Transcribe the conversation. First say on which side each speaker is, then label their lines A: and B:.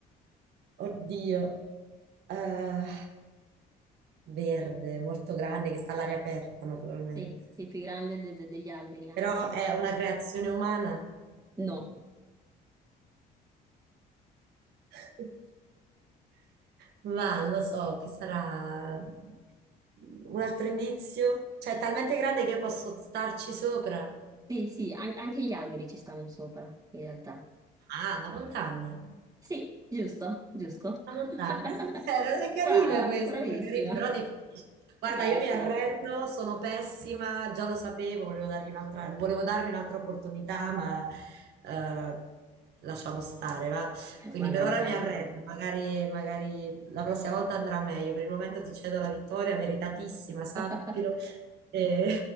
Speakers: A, on the right; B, on the right.
A: oddio. Eh, verde, molto grande, che sta all'aria aperta naturalmente.
B: Sì, sì, più grande de- de- degli alberi anche.
A: Però è una creazione umana.
B: No.
A: <laughs> Ma lo so che sarà un altro indizio. Cioè, è talmente grande che io posso starci sopra.
B: Sì, sì, an- anche gli alberi ci stanno sopra, in realtà.
A: Ah, la montagna.
B: Sì, giusto, giusto.
A: La montagna,
B: <laughs>
A: è vero, è carina
B: Brava,
A: questa,
B: bravissima.
A: è carina, però difficile. Guarda, io
B: Eh
A: mi
B: sì,
A: arrendo, sono pessima, già lo sapevo, volevo dargli un'altra, volevo darmi un'altra opportunità, ma eh, lasciamo stare, va. Quindi
B: ma
A: per
B: no,
A: ora
B: dai.
A: mi arrendo, magari, magari la prossima volta andrà meglio. Per il momento ti cedo la vittoria, meritatissima, sappilo,
B: <laughs>
A: e,